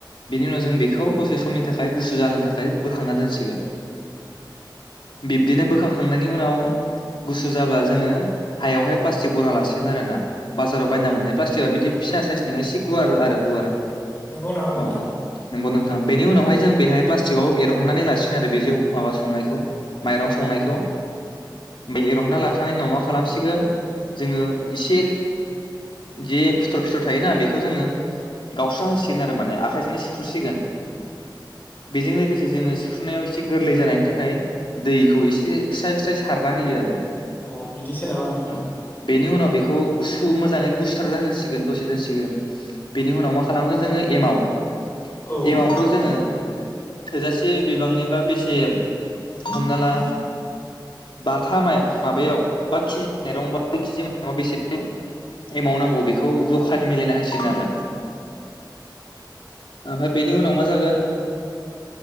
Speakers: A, on the left (about 80°); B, on the left (about 25°).
A: बेनि उनाव जों बेखौ दसे समनि थाखाय गुसु जानो थाखाय बोखांना दोनसिगेन। बिब्दिनो बोखांखांनायनि उनाव गुसु जाब्ला जोङो हायावहाय प्लासटिक बना लासिगोन आरोना <unintelligible> <unintelligible> बायना मोन प्लाटिकआ बिदि फिसा साइस नङा एसे गुवार आरो गुवार
B: नंगौ नामा
A: औ
B: नोंथां
A: नंगौ नोंथां बेनि उनावहाय जों बेहाय प्लास्टिकआव एरहननानै लासिगोन आरो बे जौ माबा संनायखौ माइरं संनायखौ बे एरहनना लाखांनायनि उनाव मा खालामसिगोन जोङो एसे जे फिथर -फिथर थायोना बेखौ जोङो गावस्रा होसिगोन आरो माने आखायजोंनो सिफ्रुसिगोन बेजों लोगोसे जोङो सिफ्रुनायाव एसे गोरलै जानायनि थाखाय दैखौ एसे स्राय -स्राय सारना होयो आरो
B: अ बिदिसो नामा नोंथां
A: औ बेनि उनाव बेखौ गुसु मोजां गुस्थार जाहोसिगोन दसे दोनसिगोन बेनि उनाव मा खालामगोन जोङो एमाव
B: औ
A: -एमावखौ जोङो थोजासे बिबांनिबा बेसे हमना ला बाथा माबायाव बा केजि माइरं बा केजि माइरंआव बेसे एमाउ नांगौ बेखौ जखानि मिलायना होसिगोन आरो आमफ्राय बेनि उनाव मा जागोन